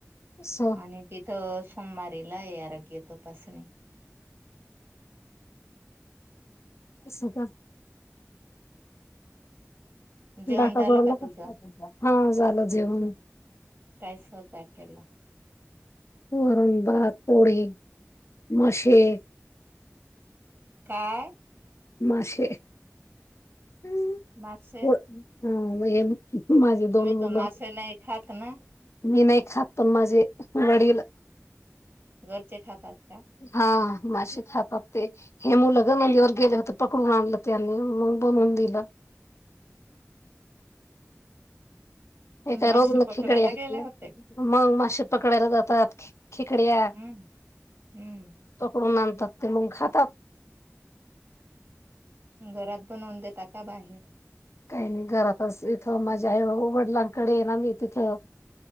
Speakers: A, on the left; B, on the right.
A: स
B: आणि तिथं ह मारी ला आराग्य तो पसणी
A: अस का
B: जेवण
A: डाटा
B: झालं
A: बरला
B: का तुझं
A: हा झालंेवण
B: काय स्वयंपाक केला
A: वरण बग पोढी मसे
B: काय
A: मासेे हम्
B: मासे
A: हो हम् म माझी
B: तुम्ही
A: दोन मुलं
B: तर मासे नाही खात ना
A: मी नाही खात पण माझे वडील
B: घरचे खातात का
A: हा मासे खातातते हे मुल ग नंदीवर गेले होते पकडून आणलं त्यांनी मग बनवून दिलं हे काय
B: मासे
A: रोज म
B: पकडायला
A: खिकड्या
B: गेले होते
A: मग मशी पकडायला जातात खिकड्या
B: हम्म हम्म
A: पकडून ात ते मग खातात
B: घरात बनवून देता का बाहेर
A: काही नाही घरातच इथं माझ्या वडिलांकडे ना मी तिथं